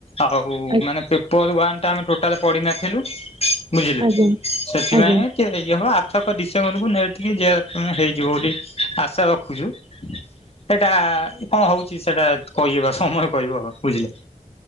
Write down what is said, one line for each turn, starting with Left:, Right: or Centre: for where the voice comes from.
Left: ଆଉ
Right: ଆ-
Left: ମାନେ ପେପର ୱାନ ଟା ଆମେ ଟୋଟାଲ ପଢିନଥିଲୁ। ବୁଝିଲେ?
Right: ଆଜ୍ଞା
Left: ସେଥିପାଇଁ
Right: ଆଜ୍ଞା
Left: ଚିଅ ହେଇଯିବ ହଁ ଆର ଥରକ ଡିସେମ୍ବରକୁୁ ନେଟ୍ କି ଜେ ଆର୍ ଏଫ୍ ତମେ ହେଇଯିବ ବୋଲି ଆଶା ରଖୁଚୁ। ଏଇଟା କଁ ହଉଚି ସେଟା କହିହବା ସମୟ କହିବ, ବୁଝିଲେ?